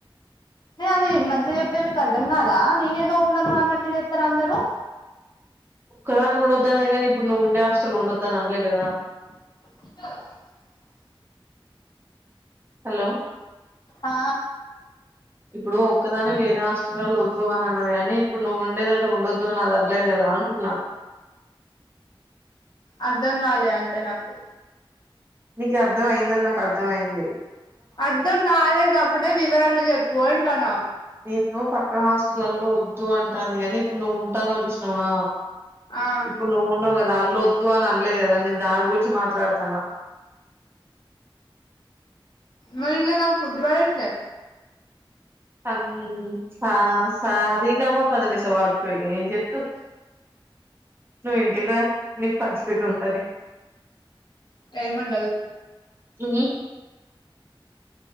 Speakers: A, on the left (about 55°); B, on the right (about 25°).
A: న అది మంచిగా చెప్తే మీకు అర్థం కాదా నేనేదో ఉండను అన్నట్టు చేస్తారు అందరు
B: క్కదాని ఉడొద్దన్నది కానీ ఇప్పుడు నువ్వుండే హస్టల్ లో ఉండొద్దు అని అనలే కదా
A: ఇ
B: హలో
A: ఆ
B: ఇప్పుడు ఒక్కదానివి వేరే హాస్టల్ లలో వద్దు అని అన్నది కానీ ఇప్పుడు నువ్వు ఉండే దగ్గర ఉండొద్దు అని అది అనలేదు కదా అంటున్నా
A: అర్ధం కాలే అంత నాకు
B: నీకి అర్థం అయ్యిందని నాకు అర్థం అయ్యింది
A: అర్థం కాలేదు కాపట్టే వివరంగా చెప్పు అంటాన్నా
B: నీతో పక్క హాస్టల్లల్లో వద్దు అంటాంది గానీ ఇప్పుడు నువ్వు ఉంటానావ్ చూసినావా
A: ఆ
B: ఇప్పుడు నువ్వు ఉన్నావు కదా ఆళ్ళొద్దు అని అనలేదు కదా నేను దాని గురించి మాట్లాడతాన్నా
A: మరి ఇందులో నాకు ఫుడ్ బడట్లే
B: తంగ్ చా సా రి గా మా ప ద ని స వాడుకో ఇగ ఏం చేత్తు నువ్వు ఇంటికి రా నీ పరిస్థితి ఉంటది
A: టైం ఉండదు
B: <unintelligible>